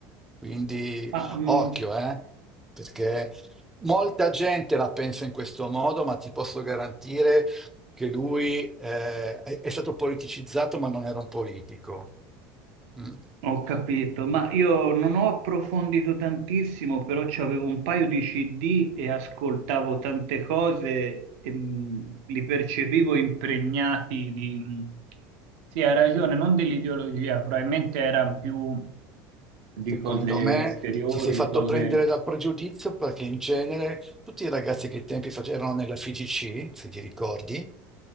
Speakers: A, in the centre; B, on the right.
A: Quindi
B: Ma mm,
A: Occhio, eh? Perché molta gente la pensa in questo modo, ma ti posso garantire che lui eh, è, è stato politicizzato, ma non era un politico. Mm.
B: Ho capito, ma io non ho approfondito tantissimo, però avevo un paio di CD e ascoltavo tante cose e mh, li percepivo impregnati di... mm, Sì, hai ragione, non dell'ideologia, probabilmente erano più di
A: Secondo
B: cose
A: me
B: esteriori,
A: ti sei fatto
B: cose...
A: prendere dal pregiudizio perché in genere tutti i ragazzi che ai tempi facevano nella FIGC, se ti ricordi,